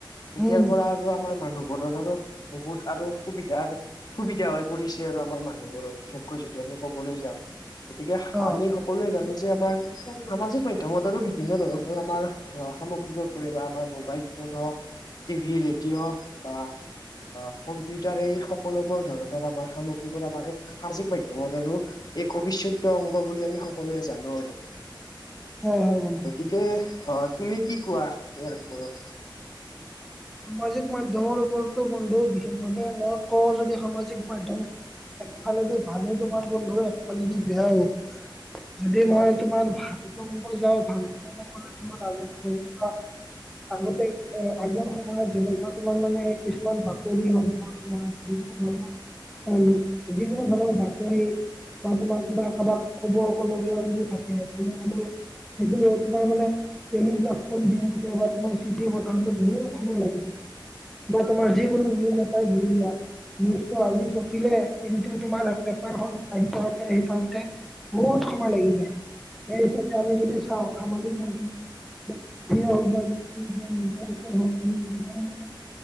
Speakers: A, on the left; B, in the centre.
A: এতিয়াৰ
B: উম
A: পৰা আৰু আমাৰ মানুহবোৰৰ আৰু বহুত আৰু সুবিধা সুবিধা হৈ পৰিছে আৰু আমাৰ মানুহবোৰৰ বিশেষকৈ যদি আমি কবলৈ যাওঁ। গতিকে
B: অ
A: আমি সকলোৱে জানো যে আমাৰ সামাজিক মাধ্যমত আৰু বিভিন্ন ধৰণৰ আমাৰ আহ সামগ্ৰীবোৰ কৰি বা আমাৰ মোবাইল ফোন হওক টিভি ৰেডিঅ' বা অ' কম্পিউটাৰে এই সকলোবোৰ ধৰণৰ আমাৰ সামগ্ৰীবোৰ আমাক সামাজিক মাধ্যমৰ আৰু এক অবিচ্ছেদ্য অংগ বুলি আমি সকলোৱে জানো আৰু।
B: হয় হয়। বন্ধু
A: গতিকে অ' তুমি কি কোৱা ইয়াৰ ওপৰত?
B: সামাজিক মাধ্যমৰ ওপৰতো বন্ধু বিশেষভাৱে মই কওঁ যদি সামাজিক মাধ্যম একফালেদি ভালো তোমাৰ বন্ধু একফালেদি বেয়াও, যদি
A: হয়।
B: মই তোমাৰ ভাল ফটো মম যাও ফালটু কম গলে তুমাৰ আগতে ধৰি যা <inaudible> আগতে অ' আগৰ সময় যেনেকুৱা তোমাৰ মানে কিছুমান বাতৰি হওক বা তোমাৰ যিবোৰ ধৰণৰ উম, যিকোনো ধৰণৰ বাতৰি বা তোমাৰ কিবা কাৰোবাক খবৰ লবলগীয়া যদি থাকে তেনেহলে সেইটো তোমাৰ মানে েলিগাক <inaudible> কৰি দি যে বা তোমাৰ চিট বা ত বহুত লাগিব বা তোমাৰ যিকোনো নিউজ এটাই ধৰি লোৱা নিজটো আজি চপিলে কিন্তু তোমাৰ পেপাৰখন আহি পাওঁতে আহি পাওঁতে বহুত সময় লাগি যায় সেই হিচাপে আমি যদি চাওঁ সামাজিক মাধ্যম -- বা টিভি হওক বা ইউটিউব বা মোবাইলতে হওক আমি যিমান মান